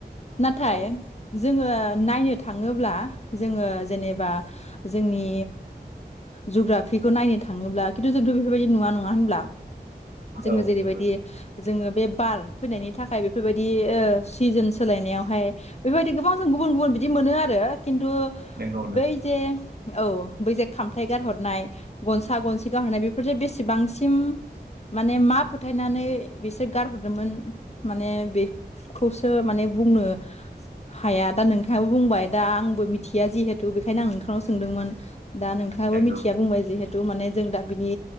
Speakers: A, on the left (about 40°); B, on the right (about 65°).
A: नाथाय
B: औ
A: जोङो नायनो थाङोब्ला जोङो जेनेबा जोंनि जुग्राफिखौ नायनो थाङोब्ला खिन्थु जोंथ' बेफोरबायदि नुवा नङा होनब्ला जोङो
B: औ
A: जेरैबायदि
B: नंगौ
A: जोङो बे बार फैनायनि थाखाय बेफोरबायदि ओ सिजोन सोलायनायावहाय बेबायदि गोबां जों गुबुन गुबुन बिदि मोनो आरो खिन्थु
B: नंगौ नंगौ
A: बै जे औ बै जे खामफ्लाय गारहरनाय गनसा गनसे गाहरनाय बेफोरजे बेसेबांसिम माने मा फोथायनानै बिसोर गारहरदोंमोन माने बे खौसो माने बुंनो हाया दा नोंथाङाबो बुंबाय दा आंबो मिथिया जिहेथु बेखायनो आं नोंथांनाव सोंदोंमोन दा नोंथाङाबो
B: नंगौ
A: मिथिया बुंबाय जिहेतु माने जों दा बिनि